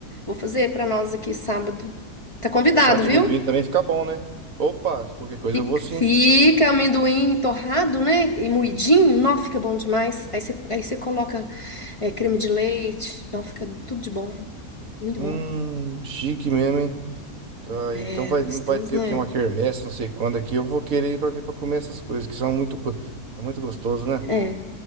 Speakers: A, on the left; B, on the right.
A: vou fazer para nós aqui sábado. Tá convidado,
B: Chá de
A: viu?
B: amendoim também fica bom, né? Opa, qualquer coisa
A: Fica,
B: eu vou sim.
A: fica amendoim torrado, né? E moidinho, não, fica bom demais. Aí você, aí você coloca é, creme de leite, não, fica tudo de bom. Muito
B: Hum,
A: bom.
B: chique mesmo, hein? Tá,
A: É,
B: então vai,
A: gostoso,
B: não vai ter
A: né?
B: aqui uma quermesse, não sei quando aqui. Eu vou querer ir pra ver pra comer essas coisas, que são muito, go- é muito gostoso, né?
A: É.